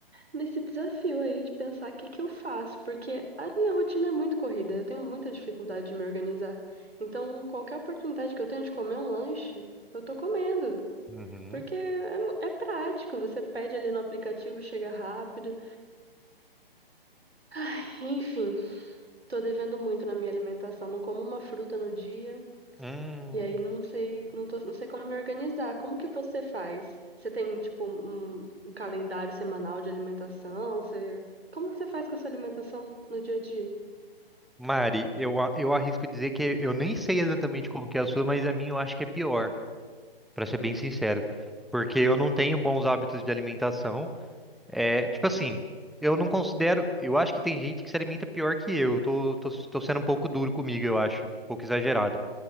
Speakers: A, on the right (about 80°); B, in the centre.
A: nesse desafio aí de pensar o que que eu faço, porque a minha rotina é muito corrida, eu tenho muita dificuldade de me organizar. Então, qualquer oportunidade que eu tenho de comer um lanche, eu tô comendo,
B: Uhum.
A: porque é, mu- é prático, você pede ali no aplicativo, chega rápido. Ai, enfim, tô devendo muito na minha alimentação, não como uma fruta no dia.
B: Hum.
A: E aí não sei, não tô, não sei como me organizar. Como que você faz? Você tem, tipo, um, um calendário semanal de alimentação? Você, como que você faz com a sua alimentação no dia a dia?
B: Mari, eu, a- eu arrisco dizer que eu nem sei exatamente como que é a sua, mas a minha eu acho que é pior, pra ser bem sincero. Porque eu não tenho bons hábitos de alimentação. É, tipo assim, eu não considero. Eu acho que tem gente que se alimenta pior que eu. Eu Tô, tô, tô sendo um pouco duro comigo, eu acho, um pouco exagerado.